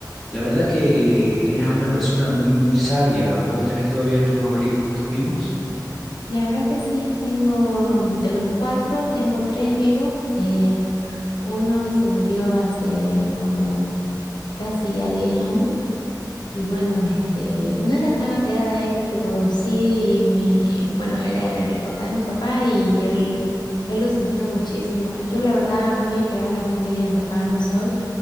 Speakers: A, in the centre; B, on the left.
A: La verdad que eh, era una persona muy, muy sabia. ¿Vos tenés todavía tus abuelitos vivos?
B: La verdad que sí, tengo mm, de los cuatro, tengo tres vivos. Eh, uno se murió hace como casi ya 10 años y bueno, este, no era tan apegada a él, pero sí, mi, bueno, era el papá de mi papá y él, él lo sintió muchísimo. Yo la verdad muy apegada a la familia de mi papá no soy.